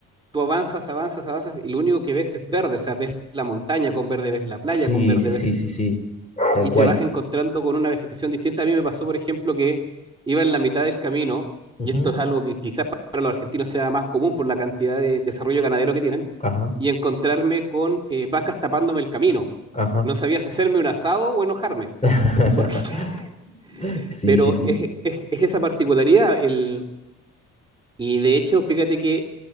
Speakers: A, on the right (about 15°); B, on the left (about 25°).
A: tú avanzas, avanzas, avanzas y lo único que ves es verde, o sea, ves la montaña con verde, ves la playa
B: Sí,
A: con verde,
B: sí, sí,
A: ves
B: sí, sí. Tal
A: y
B: cual.
A: te vas encontrando con una vegetación distinta. A mí me pasó, por ejemplo, que iba en la mitad del camino,
B: Ujú.
A: y esto es algo que quizás para los argentinos sea más común por la cantidad de desarrollo ganadero que tienen,
B: Ajá.
A: y encontrarme con eh, vacas tapándome el camino.
B: Ajá.
A: No sabía si hacerme un asado o enojarme,
B: <laughs>
A: porque, <laughs>
B: Sí,
A: pero
B: sí, sí.
A: es, es, es esa particularidad. El, y de hecho, fíjate que